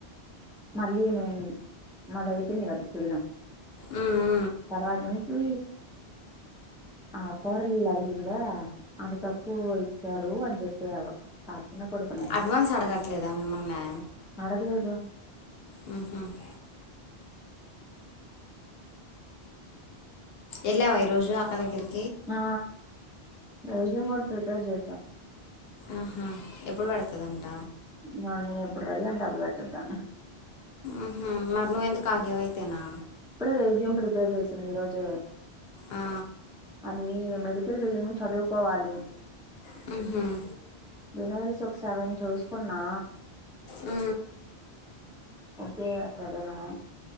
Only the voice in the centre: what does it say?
మళ్ళీ మేం మాది అయిపోంది కదా చేయడం
తర్వాత నుంచి ఆ కోడల్రిలు అడిగిందా అంత తక్కువ ఇచ్చారు అని చెప్పావ్ ఆ చిన్న కొడుకునే
ఆడగలేదే
ఆ రెజ్యూమ్ కూడా ప్రిపేర్ చేశా
నాని ఎప్పుడు రెడీ అంటే అప్పుడు పెట్టుద్దా
ఇప్పుడే రెజ్యూమ్ ప్రిపేర్ చేసింది ఈరోజే
అది మెడి కల్ బిల్లింగ్ చదువుకోవాలి
రెనావెల్స్ ఒక సెవెన్ చూసుకున్నా
ఒకే <unintelligible>